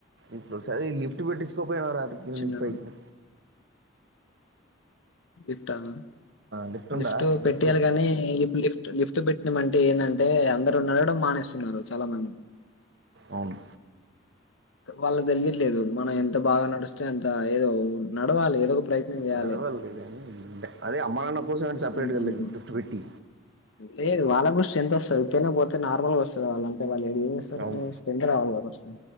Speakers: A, on the right; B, on the left.
A: ఇప్పుడు సరే ఈ లిఫ్ట్ పెట్టిచ్చు <unintelligible> కింద
B: చిన్న
A: నుంచి పైకి
B: ఇత్తాను
A: లిఫ్ట్ ఉందా
B: లిఫ్టు
A: లిఫ్ట్
B: పెట్టియాలి
A: పెట్టి
B: కానీ ఇప్పుడు లిఫ్ట్ లిఫ్ట్ పెట్టినమంటే ఏందంటే అందరు ఉ నడవడం మానేస్తున్నారు చాలా మంది
A: అవును
B: వాళ్ళకి తెలియట్లేదు మనం ఎంత బాగా నడిస్తే అంత ఏదో నడవాలి ఏదో ఒక ప్రయత్నం చేయాలి
A: నడవాలి లే గాని అదే అమానం కోసమైనా సెపరేట్
B: ఉమ్.
A: గా లిఫ్టు పెట్టీ
B: లేదు వాళ్ళ కూడా స్ట్రెంత్ వస్తది. ఉతిగానే పోతే నార్మల్గా వస్తుంది వాళ్ళంటే వాళ్ళు ఏ ఏం చేస్తారు
A: అవును
B: స్ట్రెంత్ రావాలి.